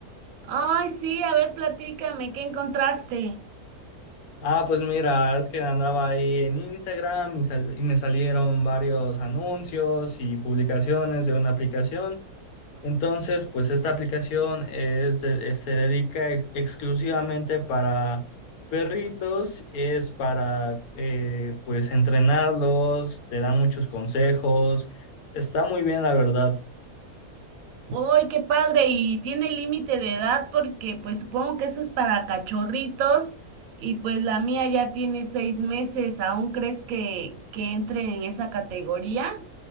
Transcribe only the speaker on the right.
Ay, sí, a ver, platícame, ¿qué encontraste?
Ay, qué padre. Y tiene límite de edad porque pues supongo que eso es para cachorritos y pues la mía ya tiene seis meses. ¿Aún crees que, que entre en esa categoría?